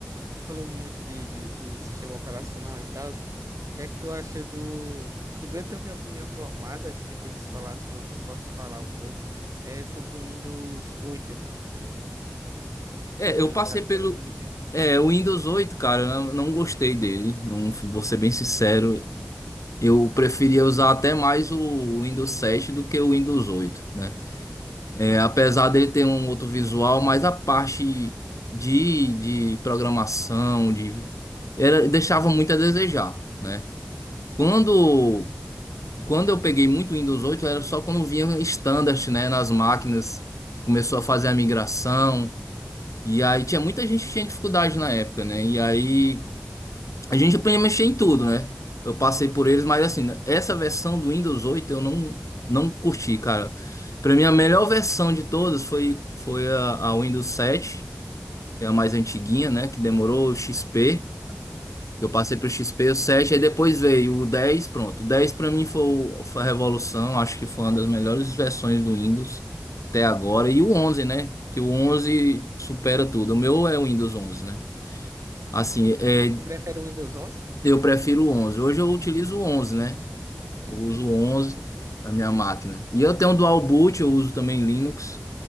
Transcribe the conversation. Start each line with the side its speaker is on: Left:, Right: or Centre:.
Right: tu falou muito de, de, de sistema operacional e tal. O que é que tu acha do? Tipo, eu tenho minha opinião formada, acho que depois que você falar sobre, eu posso falar um pouco, é sobre o Windows 8, que
Left: é,
Right: foi
Left: eu
Right: lançado
Left: passei pelo
Right: posteriormente.
Left: é, o Windows 8, cara, eu não gostei dele, não vou ser bem sincero. Eu preferia usar até mais o Windows 7 do que o Windows oito, né? É, apesar dele ter um outro visual, mas a parte de, de programação, de era, deixava muito a desejar, né? Quando, quando eu peguei muito Windows 8 era só quando vinha standard, né, nas máquinas, que começou a fazer a migração, e aí tinha muita gente que tinha dificuldade na época, né? E aí a gente podia mexer em tudo, né? Eu passei por eles, mas assim, né, essa versão do Windows 8 eu não, não curti, cara. Pra mim, a melhor versão de todas foi, foi a, a Windows sete que é a mais antiguinha, né? Que demorou o XP. Eu passei pro
Right: Sim,
Left: XP,
Right: sim.
Left: o 7 aí depois veio o 10 pronto. O 10 pra mim foi, o- foi a revolução, acho que foi uma das melhores versões do Windows até agora. E o onze né? Que o 11 supera tudo. O meu é o Windows onze né? Assim, é.
Right: Tu prefere o Windows 11?
Left: Eu prefiro o 11. Hoje eu utilizo o 11, né? Eu uso o 11 na minha máquina. E eu tenho um dual boot, eu uso também Linux,